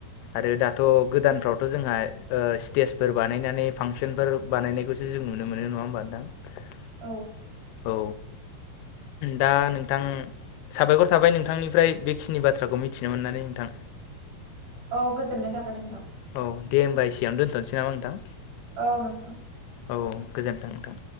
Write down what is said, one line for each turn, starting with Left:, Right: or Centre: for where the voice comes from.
Left: आरो दा थ' गोदानफ्रावथ' जोंहा ओ स्टेजफोर बानायनानै फांसनफोर बानायनायखौ जों नुनो मोनो नङा होमबा नोंथां
Right: औ
Left: औ दा नोंथां साबायखर थाबाय नोंथांनिफ्राय बेखिनि बाथ्राखौ मिथिनो मोननानै। नोंथां
Right: औ गोजोननाय थाबाय नोंथां।
Left: औ दे होमबा एसेयावनो दोनथ'नोसै नामा नोंथां
Right: औ नोंथां
Left: औ गोजोनथों नोंथां।